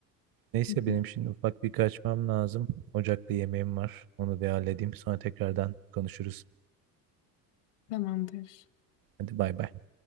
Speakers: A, on the right; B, on the left.
A: Neyse
B: Hı hı.
A: benim şimdi ufak bir kaçmam lazım. Ocakta yemeğim var. Onu bir halledeyim. Sonra tekrardan konuşuruz.
B: Tamamdır.
A: Hadi bay bay.